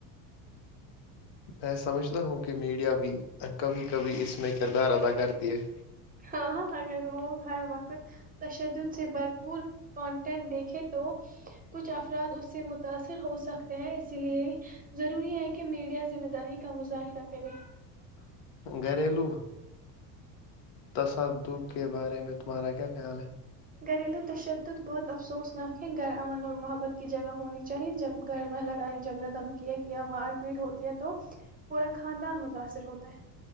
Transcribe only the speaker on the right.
ہاں ہاں اگر لوگ ہر وقت تشدد سے بھرپور کنٹینٹ دیکھیں تو کچھ افراد اس سے متاثر ہو سکتے ہیں اسی لیے ضروری ہے کہ میڈیا ذمہ داری کا مظاہرہ کرے
گھریلو تشدد بہت افسوسنااکک ہے گھر امن اور محبت کی جگہ ہونی چاہیے جب گھر میں لڑائی جھگڑا دھمکیے یا مار پیٹ ہوتی ہے تو پورا خاندان متاثر ہوتا ہے